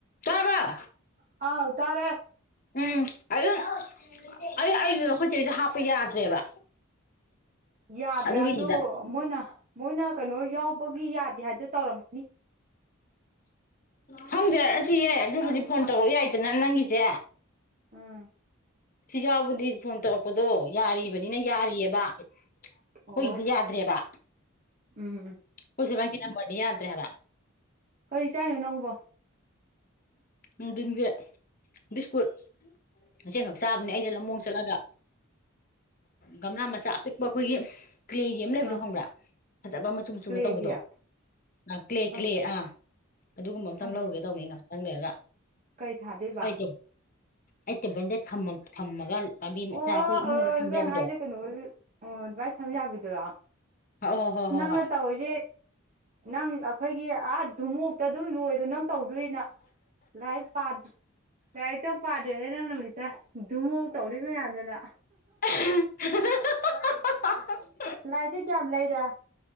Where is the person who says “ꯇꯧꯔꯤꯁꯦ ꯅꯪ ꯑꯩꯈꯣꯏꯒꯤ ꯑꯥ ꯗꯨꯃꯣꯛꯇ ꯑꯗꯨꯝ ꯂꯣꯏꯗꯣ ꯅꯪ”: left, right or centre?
Right